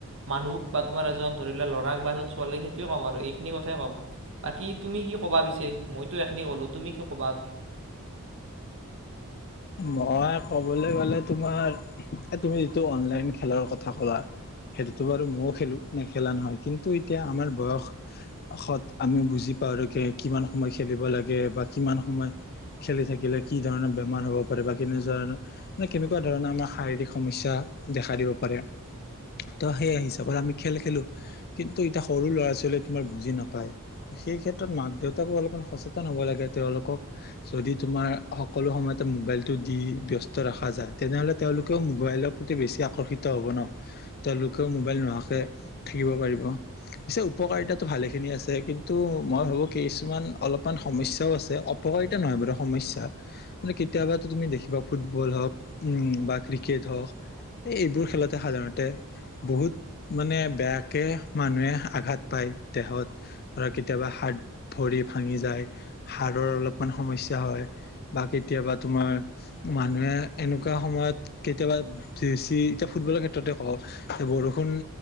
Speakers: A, on the right (about 60°); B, on the left (about 45°).
A: মানুহ বা তোমাৰ এজন ধৰি লোৱা ল'ৰাক বা এজন ছোৱালী সেইটোৱে ক'ম আৰু এইখিনি কথাই ক'ম। বাকী তুমি কি কবা পিছে মইতো এখিনি ক'লো তুমি কি কবা?
B: মই ক'বলে গ'লে তোমাৰ, এ তুমি যিটো অনলাইন খেলৰ কথা কলা। সেইটোতো বাৰু ময়ো খেলোঁ নেখেলা নহয়। কিন্তু এতিয়া আমাৰ বয় সত আমিও বুজি পাওঁ কে কিমান সময় খেলিব লাগে বা কিমান সময় খেলি থাকিলে কি ধৰণৰ বেমাৰ হ'ব। বা কেনেধৰনৰ মানে কেনেকুৱা ধৰণৰ আমাৰ শাৰীৰিক সমস্যা দেখা দিব পাৰে। ত সেইয়া হিচাপত আমি খেল খেলো কিন্তু এতিয়া সৰু ল'ৰা-ছোৱালীয়ে তোমাৰ বুজি নাপায়। সেই ক্ষেত্ৰত মাক দেউতাকো অলপমান সচেতন হ'ব লাগে। তেওঁলোকক যদি তোমাৰ সকলো সময়তে মোবাইল টো দি বিয়ষ্ট ৰখা যায় তেনেহলে তেওঁলোকেও মোবাইলৰ পতি বেছি আকৰ্ষিত হ'ব ন। তেওঁলোকেও মোবাইল নোহোৱাকে থাকিব পাৰিব। পিছে উপকাৰিতাটো ভালেখিনি আছে কিন্তু মই ভাবো কি কিছুমান অলপমান সমস্যাও আছে অ উপকাৰিতা নহয় বাৰু সমস্যা, মানে কেতিয়াবা তুমি দেখিবা ফুটবল হওক উম বা ক্ৰিকেট হওক এই এইবোৰ খেলতে সাধাৰণতে বহুত মানে বেয়াকে মানুহে আঘাত পায় দেহত। ধৰা কেতিয়াবা হাত- ভৰি ভাঙি যায়, হাড়ৰ অলপমান সমস্যা হয়। বা কেতিয়াবা তোমাৰ মানুহে এনেকুৱা সময়ত কেতিয়াবা <unintelligible> চি এতিয়া ফুটবলৰ ক্ষেত্ৰতে কওঁ বৰষুণ